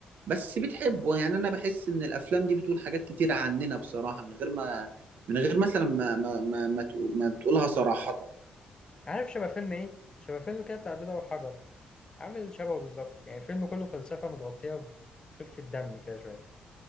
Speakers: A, on the right (about 70°); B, on the left (about 30°).
A: بس بتحبه يعني انا بحس ان الافلام دي بتقول حاجات كتير عننا بصراحة من غير ما من غير مثلا ما ما ما, ما تقو- ما تقولها صراحة
B: عارف شبه فيلم إيه؟ شبه فيلم كده بتاع البيضة والحجر عامل شبهه بالظبط يعني فيلم كله فلسفة متغطية بخفة دم كده شوية